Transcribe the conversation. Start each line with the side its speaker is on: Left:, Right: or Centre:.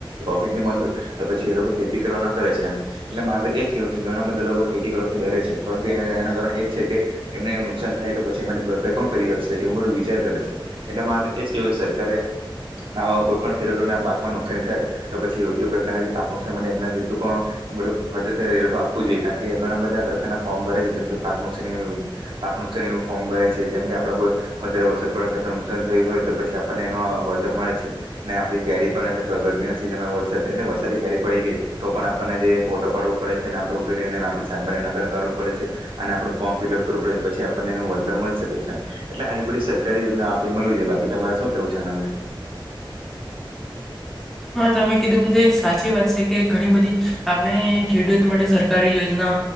Right: પ્રોફિટ મળ હોય પછી એ લોકોે. ખેતી કરવાના કરે છે, એમ એટલે મારે તો એ જ કહેવું છે ઘણા બધા લોકો ખેતી કરવાથી ડરે છે. પરંતુ એના એના કારણ એજ છે, કે એમને એ નુકસાન થાય, તો પછી એમાંની ભરપાઈ કોણ કરી આપશે એવું બધું વિચાર કરે છે, એટલે મારે એજ કેહેવય સરકારે આ કોઈ પણ ખેડૂતોને પાકમાં નુકસાની થાય, તો પછી યોગ્ય પ્રકારના પાક નુકસાન માટે જે પણ ખર્ચથ, એ લોકો આપવું જોઈએ કારણ કે ઘણા બધા પ્રકારના ફોર્મ ભરે છે જેમ કે પાક નુકની પાક નુકસની નું ફોર્મ ભરાય છે, જેમ કે આપ કોઈ વધારે અસર પડે આપ નુકસાન થાય હોય, તો પછી આપણને એ વળતર મળે છે, ને આપ કેરી પણ એ ગરમીના સિઝનમાં વરસાદ એટલે વરસાદી કરી પડી ગ તો પણ આપણને જે ફોટો પાડવો પડે છે, અને આપણે ઉભી રહીને આપણે સાત બારની નકલ કાઢવું પડે અને આપું ફોર્મ ફિલ પડે પછ આપને વર્તર મળી શકે છે, એટલે આ બધી સરકારી યોજના આપે મળવી જોઈએ બાકી તમારે શું કેવું છે પછાના વિશે
Centre: હા, તમે કીધું સાચી વાત છે, કે ઘણી બધી આપણે ખેડૂત માટે સરકારી યોજના